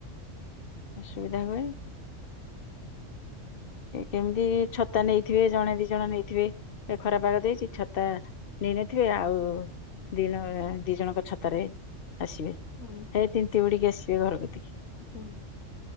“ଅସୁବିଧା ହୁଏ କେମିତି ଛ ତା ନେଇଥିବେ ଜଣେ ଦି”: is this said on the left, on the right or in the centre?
Left